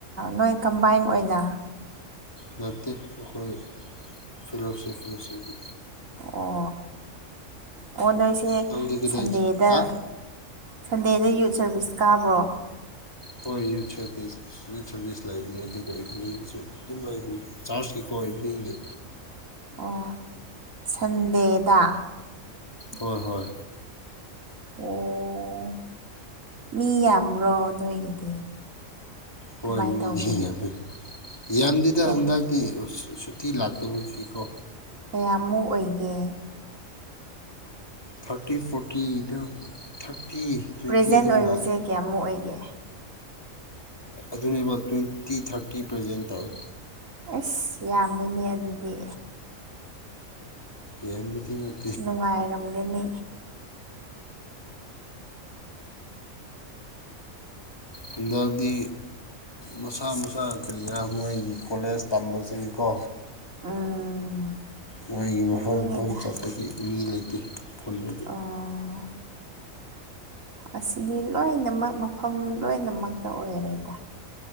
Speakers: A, on the right (about 80°); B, on the left (about 20°).
A: ꯅꯣꯏ ꯀꯝꯕꯥꯏꯟ ꯑꯣꯏꯅ
B: ꯅꯠꯇꯦ ꯑꯈꯣꯏ ꯐꯤꯂꯣꯁꯤꯐꯤꯁꯤ
A: ꯑꯣ ꯑꯣ ꯅꯣꯏꯁꯦ
B: ꯅꯪꯗꯤ ꯀꯗꯥꯏ
A: ꯁꯟꯗꯦꯗ
B: ꯍꯥ
A: ꯁꯟꯗꯦꯗ ꯌꯨꯠ ꯁꯔꯚꯤꯁ ꯀꯥꯕ꯭ꯔꯣ
B: ꯍꯣꯏ ꯌꯨꯠ ꯁꯦꯇꯤꯁ ꯌꯨꯠ ꯁꯔꯚꯤꯁ ꯂꯩꯕꯅꯦ ꯑꯗꯨꯒ ꯏꯚꯤꯅꯤꯡꯁꯨ ꯑꯗꯨꯝ ꯂꯩꯕꯅꯦ ꯆꯥꯔꯖꯀꯤꯀꯣ ꯏꯚꯤꯅꯤꯡꯒꯤ
A: ꯑꯣ ꯁꯟꯗꯦꯗ
B: ꯍꯣꯏ ꯍꯣꯏ
A: ꯑꯣ ꯃꯤ ꯌꯥꯝꯕ꯭ꯔꯣ ꯅꯣꯏꯒꯤꯗꯤ
B: ꯍꯣꯏ
A: ꯀꯃꯥꯏꯅ
B: ꯃꯤꯗꯤ
A: ꯇꯧꯒꯦ
B: ꯌꯥꯝꯃꯦ ꯌꯥꯝꯗꯦꯗ
A: ꯀꯦ
B: ꯍꯟꯗꯛ ꯇꯤ ꯁꯨꯇꯤ ꯂꯥꯛꯇꯕꯒꯤꯀꯣ
A: ꯀꯌꯥꯃꯨ ꯑꯣꯏꯒꯦ
B: ꯊꯥꯔꯇꯤ ꯐꯣꯔꯇꯤ ꯑꯗꯨ ꯊꯥꯔꯇꯤ ꯇ꯭ꯋꯦꯟꯇꯤ
A: ꯄ꯭ꯔꯦꯖꯦꯟ
B: ꯑꯗꯨꯝ
A: ꯑꯣꯏꯕꯁꯦ
B: ꯂꯥꯛꯑꯦ
A: ꯀꯌꯥꯃꯨꯛ ꯑꯣꯏꯒꯦ
B: ꯑꯗꯨꯅꯦꯕ ꯇ꯭ꯋꯦꯟꯇꯤ ꯊꯥꯔꯇꯤ ꯄ꯭ꯔꯦꯖꯦꯟ ꯇꯧꯋꯦ
A: ꯑꯦꯁ ꯌꯥꯝꯃꯤꯅꯦ ꯑꯗꯨꯗꯤ
B: ꯌꯥꯝꯕꯗꯤ ꯅꯠ
A: ꯅꯨꯡꯉꯥꯏꯔꯝꯒꯅꯤ
B: ꯍꯟꯗꯛꯇꯤ ꯃꯁꯥ ꯃꯁꯥ ꯀ꯭ꯔꯤꯔꯥ ꯃꯣꯏꯒꯤ ꯀꯣꯂꯦꯖ ꯇꯝꯕꯁꯤꯡ ꯀꯣ
A: ꯎꯝ
B: ꯃꯣꯏꯒꯤ ꯃꯐꯝ
A: ꯑꯗꯨꯅꯤꯗ
B: ꯃꯐꯝ ꯆꯠꯄꯒꯤ ꯃꯤ ꯂꯩꯇꯦ ꯈꯨꯟꯗ
A: ꯑꯣ ꯑꯁꯤꯗꯤ ꯂꯣꯏꯅꯃꯛ ꯃꯐꯝ ꯂꯣꯏꯅꯃꯛꯇ ꯑꯣꯏꯔꯦꯗ